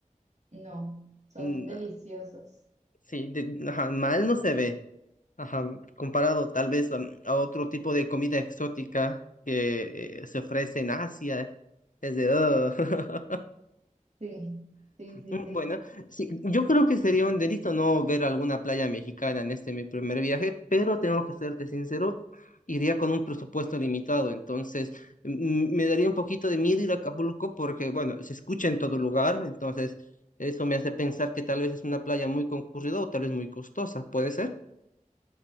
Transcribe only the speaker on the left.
Mm,
Sí, de- ajá, mal no se ve. Ajá, comparado tal vez a, a otro tipo de comida exótica que eh, se ofrece en Asia. Es de... "Ugh". <laughs>
Mm,
Bueno, sí, yo creo que sería un delito no ver alguna playa mexicana en este mi primer viaje, pero tengo que serte sincero, iría con un presupuesto limitado, entonces mm, me daría un poquito de miedo ir a Acapulco porque, bueno, se escucha en todo lugar, entonces eso me hace pensar que tal vez es una playa muy concurrida o tal vez muy costosa, ¿puede ser?